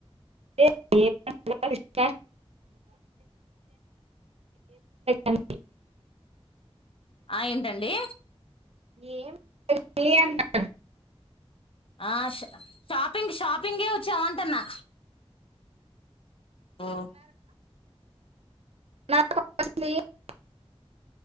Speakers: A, on the right; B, on the left.
A: ఏ <unintelligible> పండగ ఆన్
B: ఆ ఏంటండి
A: ఏంటి అన్నా
B: ఆ ష షాపింగ్ షాపింగే వచ్చామంటన్నా ఓ
A: నా <unintelligible>